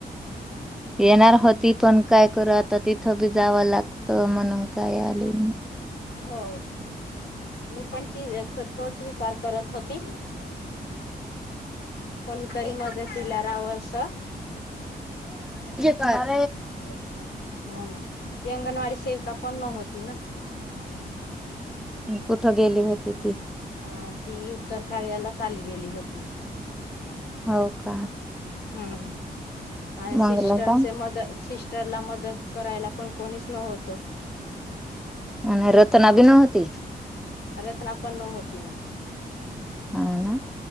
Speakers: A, in the centre; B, on the left.
A: येणार होती पण काय करू आता तिथं बी जावं लागत म्हणून काय आले नाही
B: हो मी पण तोच विचार करत होती कोणीतरी मदत मदतीला रहाव अस
A: तर
B: बर हा ती अंगणवाडी सेविका पण होती ना
A: कुठं गेली होते ती
B: हा ती उत्तर कार्याला चाली गेली होती
A: हो का
B: हम्म आणि
A: मंगला
B: सिस्टरचे
A: का
B: मदत सिस्ट ला मदत करायला पण कोणीच नवत
A: आणि रतना भी नव्हती
B: रत्ना पण नव्हती ना
A: हा ना